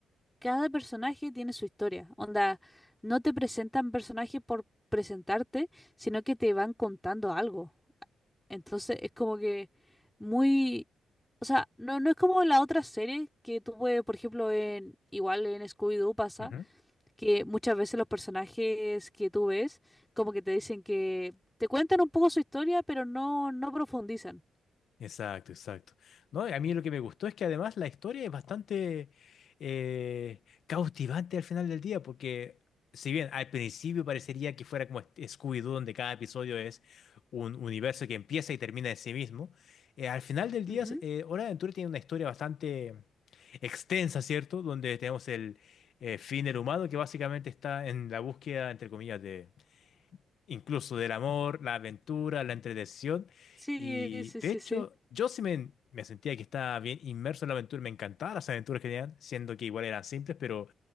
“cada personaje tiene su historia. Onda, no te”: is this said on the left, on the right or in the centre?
Centre